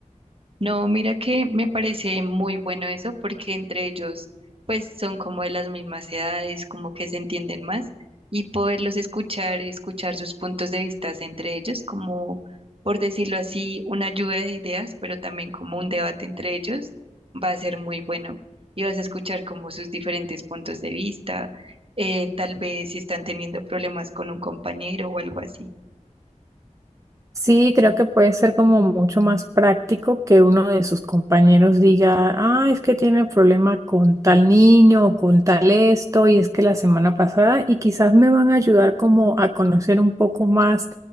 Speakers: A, on the right (about 45°); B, on the right (about 25°).
A: No, mira que me parece muy bueno eso porque entre ellos pues son como de las mismas edades, como que se entienden más y poderlos escuchar, escuchar sus puntos de vista entre ellos, como por decirlo así, una lluvia de ideas, pero también como un debate entre ellos, va a ser muy bueno y vas a escuchar como sus diferentes puntos de vista, eh, tal vez si están teniendo problemas con un compañero o algo así.
B: Sí, creo que puede ser como mucho más práctico que uno de sus compañeros diga, ah, es que tiene problema con tal niño o con tal esto, y es que la semana pasada, y quizás me van a ayudar como a conocer un poco más